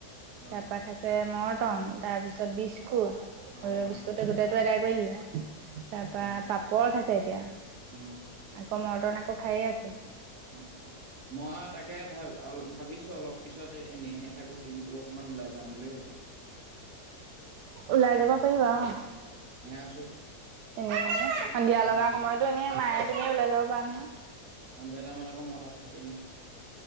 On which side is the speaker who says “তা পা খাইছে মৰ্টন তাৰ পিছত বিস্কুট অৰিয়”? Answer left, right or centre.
Right